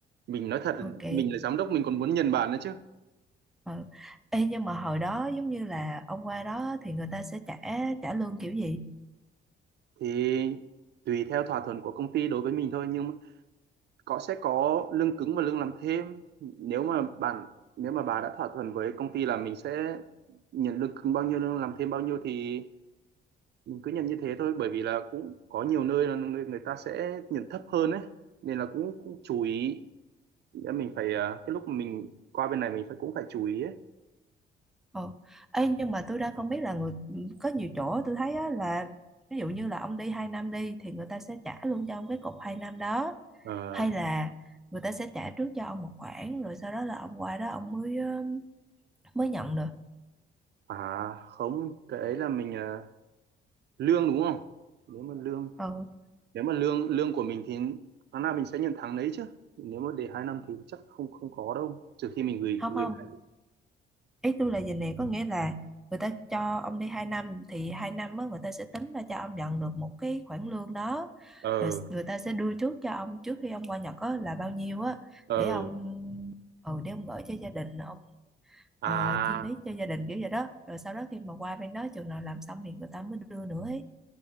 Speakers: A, on the right; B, in the centre.
A: mình nói thật
B: ok
A: mình là giám đốc mình còn muốn nhận bạn nữa chứ
B: ờ. Ê, nhưng mà hồi đó giống như là ông qua đó thì người ta sẽ trả trả lương kiểu gì
A: thì tùy theo thỏa thuận của công ty đối với mình thôi nhưng mà có sẽ có lương cứng và lương làm thêm nếu mà bạn nếu mà bà đã thỏa thuận với công ty là mình sẽ nhận lương cứng bao nhiêu lương làm thêm bao nhiêu thì mình cứ nhận như thế thôi bởi vì là cũng có nhiều nơi là người người ta sẽ nhận thấp hơn ấy nên là cũng cũng chú ý nghĩa mình phải à, cái lúc mà mình qua bên này mình phải cũng phải chú ý ấy
B: Ờ. Ê, nhưng mà tôi đang không biết là người có nhiều chỗ tôi thấy á, là ví dụ như là ông đi 2 năm đi thì người ta sẽ trả luôn cho ông cái cọc 2 năm đó
A: Ờ
B: hay là người ta sẽ trả trước cho ông một khoản rồi sau đó là ông qua đó ông mới ờ, mới nhận được
A: À không, cái ấy là mình à, lương đúng không? Nếu mà lương
B: ừ.
A: nếu mà lương lương của mình thì tháng nào mình sẽ nhận tháng đấy chứ. Nếu mà để hai năm thì chắc không không có đâu, trừ khi mình gửi
B: không
A: gửi
B: không
A: lại.
B: ý tôi là gì nè có nghĩa là người ta cho ông đi 2 năm thì 2 năm á, người ta sẽ tính ra cho ông nhận được một cái khoản lương đó
A: Ờ
B: rồi người ta sẽ đưa trước cho ông trước khi ông qua Nhật á, là bao nhiêu á
A: ờ
B: để ông ừ để ông gửi cho gia đình ông
A: à
B: ờ, chi phí cho gia đình kiểu vậy đó rồi sau đó khi mà qua bên đó chừng nào làm xong thì người ta mới đưa nữa ấy